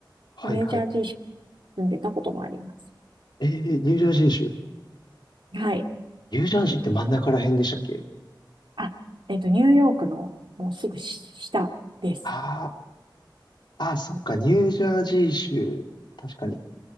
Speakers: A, on the left; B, on the right.
A: はいはい。
B: ニュージャージー州に住んでたこともあります。
A: えー、ニュージャージー州。
B: はい。
A: ニュージャージーって真ん中ら辺でしたっけ
B: あ、えっと、ニューヨークのもうすぐ下です。
A: ああ、ああ、そっか、
B: はい、
A: ニュージャージー州。確かに、